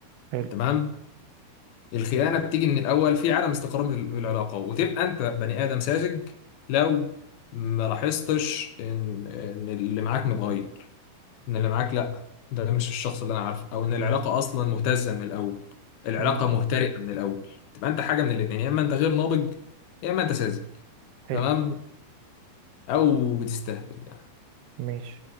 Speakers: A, on the right (about 90°); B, on the left (about 75°).
A: حلو
B: تمام الخيانه بتيجي من الاول في عدم استقرار في العلاقه وتبقى انت بني ادم ساذج لو ما لاحظتش ان ان اللي معاك متغير ان اللي معاك لا ده مش الشخص اللي انا عارفه او ان العلاقه اصلا مهتزه من الاول العلاقه
A: ماشي
B: مهترئه من الاول تبقى انت حاجه من الاثنين يا اما انت غير ناضج يا اما انت ساذج
A: حلو
B: تمام او بتستهبل يعني
A: ماشي